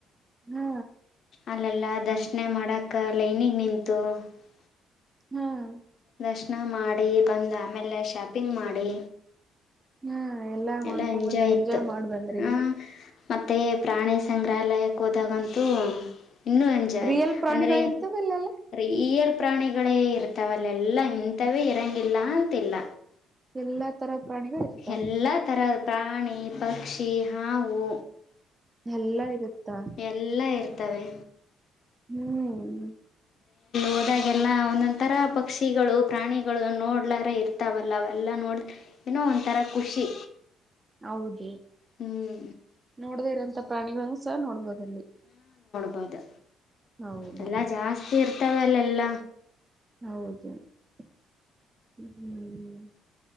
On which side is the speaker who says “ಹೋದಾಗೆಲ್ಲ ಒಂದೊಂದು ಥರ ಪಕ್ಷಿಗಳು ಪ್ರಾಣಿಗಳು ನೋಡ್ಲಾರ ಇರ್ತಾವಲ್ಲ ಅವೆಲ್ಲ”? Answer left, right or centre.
Left